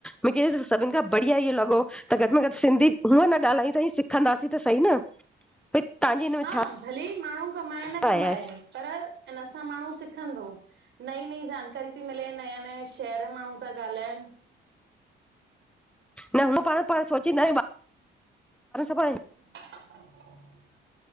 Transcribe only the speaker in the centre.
मूंखे सभिनि खा बढ़िया इहो लॻो, त घटि में घटि सिंधी हूअं न ॻाल्हादाई तई सिखंदासीं त सही न भई तव्हांजी हिन
में छा
राय आहे
न हूअं पाण, पाण सोचींदा आहियूं पाण